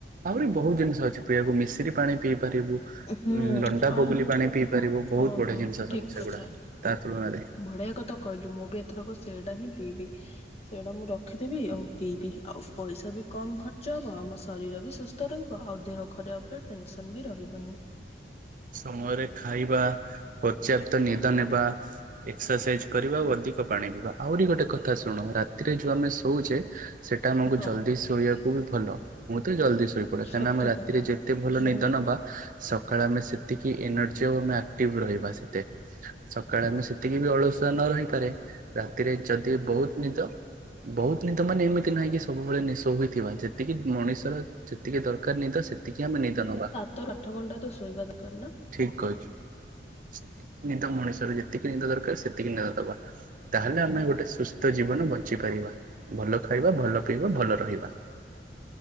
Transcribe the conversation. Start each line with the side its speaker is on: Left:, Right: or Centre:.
Right: ଆହୁରି ବୋହୁତ ଜିନିଷ ଅଛି ପିଇବାକୁ, ମିଶି ପାଣି ପିଇ ପାରିବୁ।
Left: ହୁଁ
Right: ଲଣ୍ଡା
Left: ଆଉ
Right: ବଗୁଲି ପାଣି ପିଇ ପାରିବୁ, ବୋହୁତ
Left: ହଁ
Right: ବଢିଆ
Left: ହଁ
Right: ଜିନିଷ ସବୁ
Left: ଠିକ୍
Right: ସେଗୁଡା
Left: କଥା
Right: ତା ତୁନାରେ।
Left: ବଢ଼ିଆ କଥା କହିଲୁ ମୁଁ ବି ଏତେଟକ ସେଇଟା ହିଁ ପିଇବି। ସେଇଗୁଡ଼ା ମୁଁ ରଖିଦେବି ଆଉ ପିଇବି ଆଉ ପଇସା ବି କମ୍ ଖର୍ଚ୍ଚ ହେବ, ଆଉ ମୋ ଶରୀର ବି ସୁସ୍ଥ ତ ରହିବ ଆଉ ଦେହ ଖରାପରେ ଟେନସନ୍ ବି ରହିବନି।
Right: ସମୟରେ ଖାଇବା ପର୍ଯ୍ୟାପ୍ତ ନିଦ ନେବା। ଏକ୍ସରସାଇଜ କରିବା, ଆ ଅଧିକ ପାଣି ପିଇବା, ଆହୁରି ଗୋଟେ କଥା ଶୁଣ ରାତିରେ ଯୋଉ ଆମେ ଶୋଉଛେ ସେଇଟା ଆମକୁ
Left: ହଁ
Right: ଜଲ୍ଦି ଶୋଇବାକୁ ବି ଭଲ, ମୁଁ ତ ଜଲ୍ଦି ଶୋଇପ କାହିଁକିନା
Left: ସତ
Right: ଆମେ ରାତିରେ
Left: କଥା
Right: ଯେତେ ଭଲ
Left: ବଢ଼ିଆ
Right: ନିଦ ନେବା, ସକାଳେ ଆମେ ସେତିକି ଏନର୍ଜି ଆଉ ଆମେ ଆକ୍ଟିଭ ରହିବା ସେତେ। ସକାଳେ ଆମେ ସେତିକି ବି ଅଳସୁଆ ନ ରହିପାରେ, ରାତିରେ ଯଦି ବୋହୁତ ନିଦ ବୋହୁତ ନିଦ ମାନେ ଏମିତି ନାହିଁ କି ସବୁବେଳେ ନିଶ ହଥିବା ଯେତିକି ମଣିଷର ଯେତିକି ଦରକାର ନିଦ ସେତିକି ଆମେ ନିଦ ନବା
Left: ସାତ ଆଠ ଘଣ୍ଟା ତ ଶୋଇବା ଦରକାର ନା?
Right: ଠିକ କହିଛୁ ସେତିକି ନିଦ ମଣିଷରେ ଯେତିକି ନିଦ ଦରକାର ସେତିକି ନିଦ ଦବା ତାହେଲେ ଆମେ ଗୋଟେ ସୁସ୍ଥ ଜୀବନ ବଞ୍ଚିପାରିବା। ଭଲ ଖାଇବା ଭଲ ପିଇବା ଭଲ ରହିବା।